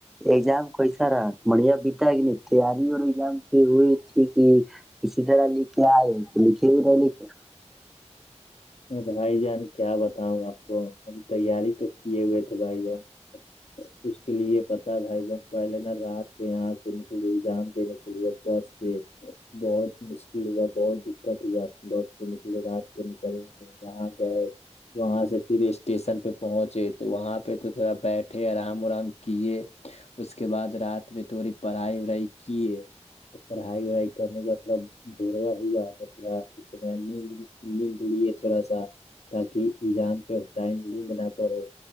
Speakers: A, in the centre; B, on the left.
A: ایزام کوسا رہا <unintelligible> مڑھیا بتا ہے کہ نہیں تیاری اور ایگزام پ وہی تھی کہ کسی طرح لکھ کے آئے کہ لکھے بھی نہیں لکھے <unintelligible>
B: بھائی جان کیا بتاؤں آپ کو ہم تیاری تو کیے ہوئے تھے بھائی جان اس کے لیے پتا بھائی جان پہلے نا رات کو یہاں سے نکلے ایگزام دینے کے لیے بس سے بہت مشکل ہوا بہت دقت ہوا بس سے نکلی رات کو <unintelligible> وہاں گئے وہاں سے پھر اسٹیشن پہ پہنچے تو وہاں پہ تو تھوڑا بیٹھے آرام ورام کیے اس کے بعد رات میں تھوڑی پڑھائی وڑائی کیے اور پڑھائی وڑائی کرنے بعد تھوڑا بوروا ہوا تھا تھوڑا اس نیند ند <unintelligible> اس لیے تھوڑا سا <unintelligible> تاکہ ایگزام کے ٹائم نیند نہ پڑے